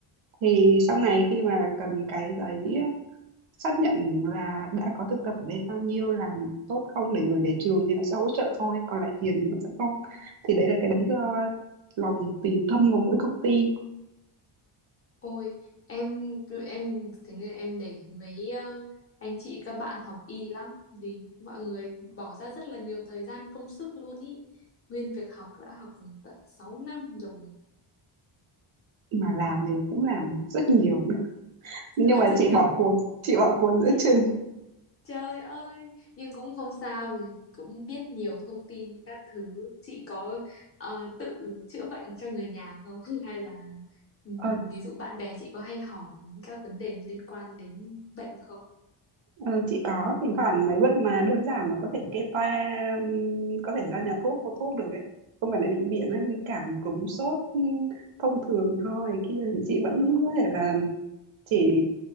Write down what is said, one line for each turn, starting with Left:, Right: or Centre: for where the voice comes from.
Right: thì sau này khi mà cần cái giấy ờ, xác nhận là đã có thực tập ở đây bao nhiêu làm tốt không để gửi về trường thì nó sẽ hỗ trợ thôi còn lại tiền thì nó sẽ không thì đấy là cái đấy do lòng tùy tâm của mỗi công ty
Left: Ôi, em em thế nên em nể mấy ờ, anh chị các bạn học y lắm vì mọi người bỏ ra rất là nhiều thời gian công sức luôn ý. Nguyên việc học đã học tận 6 năm rồi.
Right: mà làm thì cũng làm rất nhiều <laughs> nhưng
Left: Làm
Right: mà
Left: rất
Right: chị
Left: nhiều.
Right: bỏ cuộc chị bỏ cuộc giữa
Left: Chị...
Right: chừng
Left: Trời ơi, nhưng cũng không sao rồi, cũng biết nhiều thông tin các thứ. Chị có ờ, tự chữa bệnh cho người nhà không? <laughs> Hay là ừm,
Right: ờ,
Left: ví dụ bạn bè chị có hay hỏi các vấn đề liên quan đến bệnh không?
Right: ờ, chị có thỉnh thoảng mấy bệnh mà đơn giản mà có thể kê toa ừm, có thể ra nhà thuốc mua thuốc được ấy không cần đến bệnh viện ấy, như cảm cúm sốt ừm, thông thường ho này kia thì chị vẫn có thể là chỉ